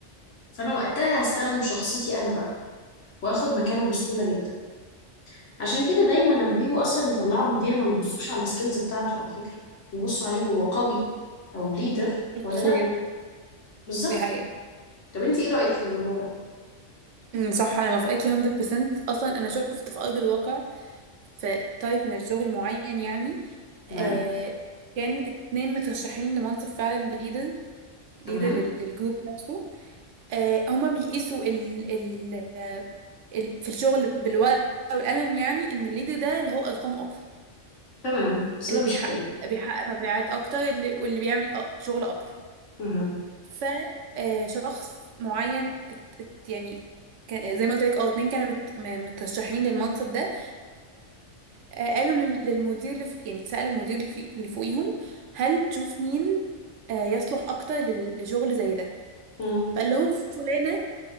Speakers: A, on the left; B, on the right.
A: فأنا وقتها هستخدم شخصيتي أنا بقى وآخد مكانه بسهولة جدا عشان كده دايما لما بيجوا أصلا يطلعوا مدير ما بيبصوش على السكيلز بتاعته على فكرة بيبصوا عليه هو قوي أو ليدر
B: شخصيته
A: ولا لأ بالظبط
B: دي حقيقة
A: طب أنت إيه رأيك في الموضوع ده؟
B: امم صح انا موافقاكي 100% اصلا انا شفت في ارض الواقع في تايب من الشغل معين يعني
A: تمام
B: آه كان اتنين مترشحين لمنصب فعلا ليدر
A: تمام
B: ليدر للجروب نفسه آه، هما بيقيسوا ال ال آه، ال في الشغل بالورقة والقلم يعني ان الليد ده اللي هو ارقامه اكتر
A: تمام بس
B: اللي
A: ده مش
B: بيحقق
A: حقيقي
B: بيحقق مبيعات اكتر اللي واللي بيعمل أ- شغل اكتر
A: مهم.
B: ف آه، شخص معين ات- ات- يعني كان زي ما قلت لك اه اتنين كانوا مت- م- مترشحين للمنصب ده فقالوا للمدير اللي فوق يعني سألوا المدير اللي في- اللي فوقيهم هل تشوف مين آه، يصلح اكتر لل- لشغل زي ده
A: مم.
B: فقال لهم فلانة